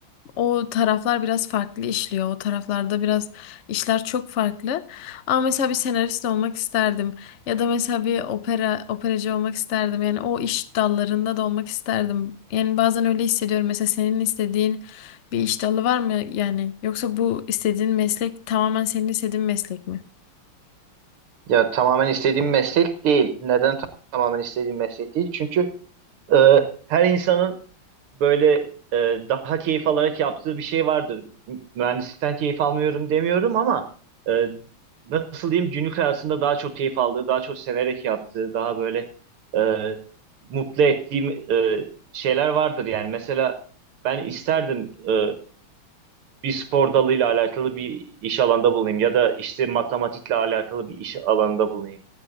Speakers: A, on the left; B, on the right.
A: o taraflar biraz farklı işliyor. O taraflarda biraz işler çok farklı. Ama mesela bir senarist olmak isterdim. Ya da mesela bir opera operacı olmak isterdim. Yani o iş dallarında da olmak isterdim. Yani bazen öyle hissediyorum. Mesela senin istediğin bir iş dalı var mı yani? Yoksa bu istediğin meslek tamamen senin istediğin meslek mi?
B: Ya tamamen istediğim meslek değil. Neden ta- tamamen istediğim meslek değil? Çünkü Ee, her insanın böyle e, daha keyif alarak yaptığı bir şey vardır. M- Mühendislikten keyif almıyorum demiyorum ama e, nasıl diyeyim günlük hayatında daha çok keyif aldığı, daha çok severek yaptığı, daha böyle e, mutlu ettiğim e, şeyler vardır yani. Mesela ben isterdim e, bir spor dalıyla alakalı bir iş alanında bulunayım ya da işte matematikle alakalı bir iş alanında bulunayım.